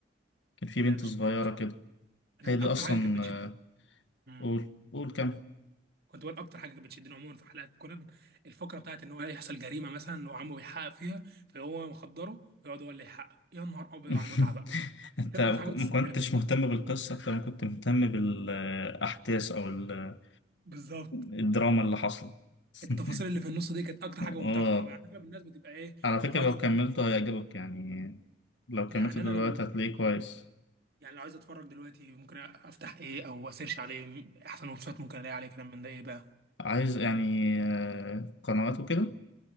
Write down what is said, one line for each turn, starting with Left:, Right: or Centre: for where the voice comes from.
Left: كان في
Right: لا
Left: بنت
Right: مش
Left: صغيرة
Right: فاكر بصراحة
Left: كده
Right: أنا
Left: هي دي
Right: أكتر
Left: أصلا
Right: حاجة كانت بتشد
Left: آه،
Right: مم.
Left: قول قول كم
Right: كنت بقول اكتر حاجه كانت بتشدني عموما في حلقات كونان الفقره بتاعت ان هو يحصل جريمه مثلا وعمه بيحقق فيها فهو مخدره ويقعد هو اللي يحقق يا نهار ابيض
Left: <laughs>
Right: على المتعه بقى
Left: انت
Right: دي كانت اكتر حاجه
Left: ما
Right: بتستسرني
Left: كنتش مهتم بالقصة اكتر ما كنت مهتم بالاحداث او ال-
Right: بالظبط
Left: الدراما اللي حصلت
Right: التفاصيل
Left: <laughs>
Right: اللي في النص دي كانت اكتر حاجه ممتعه
Left: اه
Right: صراحه يعني اغلب الناس بتبقى ايه
Left: على فكرة
Right: الغايات
Left: لو
Right: الكبرى
Left: كملته هيعجبك يعني لو كملته
Right: يعني
Left: دلوقتي
Right: انا لو
Left: هتلاقيه كويس
Right: يعني لو عايز اتفرج دلوقتي ممكن افتح ايه او اسيرش عليه احسن ويب سايت ممكن الاقي عليه كلام من ده ايه بقى
Left: عايز يعني آه، قنوات وكده